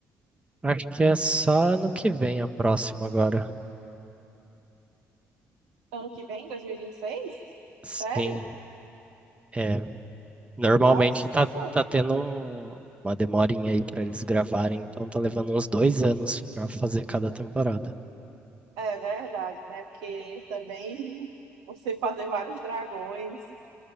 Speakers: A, on the right (about 20°); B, on the right (about 75°).
A: Acho que é só no que vem a próxima agora.
B: Ano que vem, dois mil e e vinte e seis
A: Sim.
B: Sério?
A: É, Normalmente
B: Nossa,
A: tá, tá tendo um- uma demorinha aí pra eles gravarem, então tá levando uns dois anos pra fazer cada temporada.
B: é verdade, né? Porque também <laughs> você fazer vários dragões